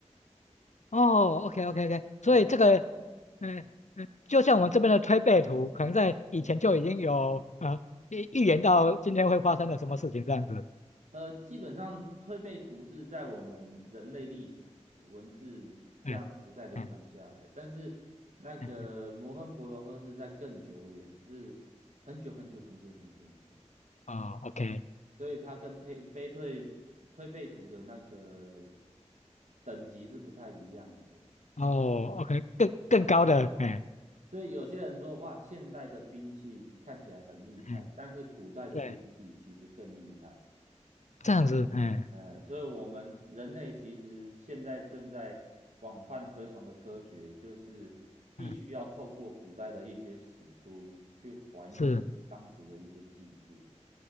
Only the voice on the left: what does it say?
哦，OK OK OK，所以这个
嗯嗯，就像我们这边的推背图，可能在以前就已经有啊预预言到今天会发生的什么事情这样子。
哎哎
哎，
哦，OK，
哦，OK，更更高的，哎，
嗯，
对，这样子，哎
嗯，是，